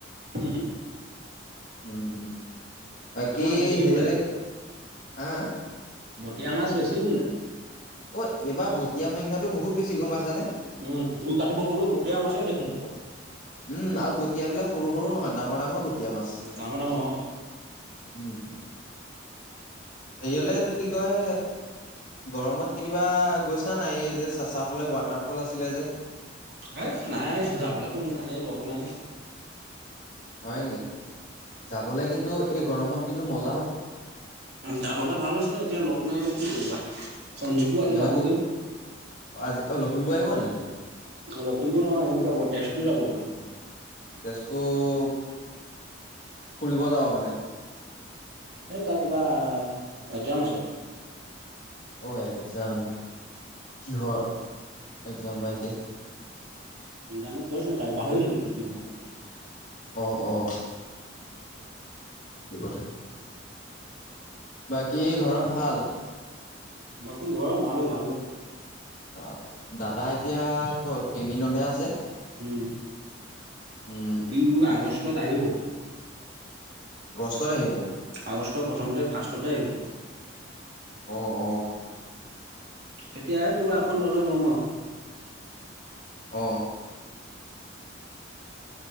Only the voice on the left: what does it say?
উম কি
সেইয়ালে
হা অ <unintelligible>
অ এইবাৰ বটীয়া সংখ্যাটো বহুত বেছি গম পাইছানে?
উম আৰু বটিয়াবিলাক সৰু সৰু নহয়। ডাঙৰ ডাঙৰ বটীয়া মাছ।
উম। হেৰিয়লে এইটো কি কয়? গৰমত কেনিবা গৈছা নাই যে চাচা ফালে ৱাটাৰফল আছিলে যে।
হয় নি যাবলে কিন্তু এই গৰমত কিন্তু ম-
সিহঁতে,
অ আজি অ লখিমপুৰ আহিব নি?
তেজপুৰ ফুৰিব যাওঁ মানে।
অ একজাম, কিহৰ একজাম বা ইয়াতে?
অ অ। এইটো কথা। বাকী ঘৰত ভাল?
অ, দাদা এতিয়া ক'ত কেমিনতহে আছে।
উম
ষ্টত আহিব।
অ অ।
সেইটো
অ।